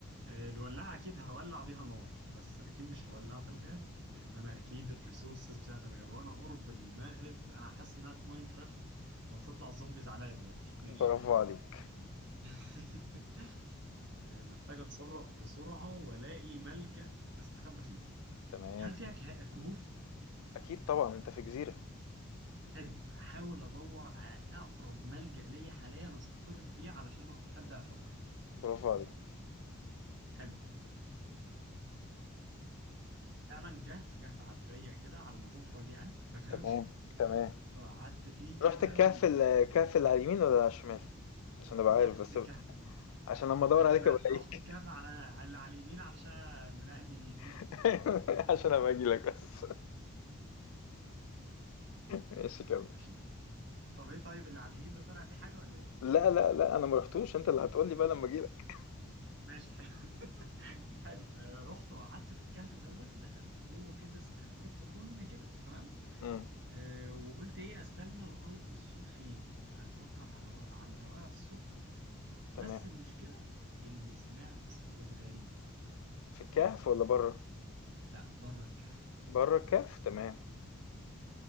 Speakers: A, on the right (about 55°); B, on the left (about 80°).
A: آه، الولاعة أكيد هولع بيها نار بس أكيد مش هولعها في الغابة لأن أنا أكيد الريسورسز بتاعت الغابة وأنا قرب المغرب أنا حاسس إنها في ماينكرافت وهتطلع الزومبيز عليا دلوقتي ماشي
B: برافو عليك
A: <laughs> محتاج اتصرف بسرعة والاقي ملجأ استخبى فيه
B: تمام
A: هل فيها كه- كهوف؟
B: اكيد طبعا انت في جزيرة
A: حلو هحاول ادور على اقرب ملجأ ليا حاليا استقر فيه علشان ابدأ افكر
B: برافو عليك
A: حلو فعلا كهف كهف على الضيق كده على ما تفرج يعني <laughs> تمام
B: تمام تمام
A: فقعدت فيه كده
B: رحت الكهف ال- الكهف اللي على اليمين ولا على الشمال عشان ابقى عارف
A: ورحت
B: بس
A: الكهف ال...
B: عشان لما ادور
A: آه
B: عليك
A: لا
B: الاقيك
A: رحت الكهف على على اللي على اليمين علشان من اهل اليمين
B: <laughs> عشان ابقى اجي لك بس ماشي
A: <laughs>
B: كمل
A: ماشي طب ايه طيب اللي على اليمين ده طلع فيه حاجة ولا ايه؟
B: لا لا لا انا ما رحتوش انت اللي هتقول لي بقى لما اجي لك
A: ماشي حلو <laughs> حلو آه، رحت وقعدت في الكهف دوت دخلت جوه كده استخبيت في خن كده تمام
B: امم
A: آه، وقلت ايه استنى لغايه ما الصبح يجي افكر على رواقه على رواقه في الصبح وبتاع
B: تمام
A: بس المشكله اني سمعت صوت غريب
B: في الكهف ولا بره
A: لا بره الكهف
B: بره الكهف تمام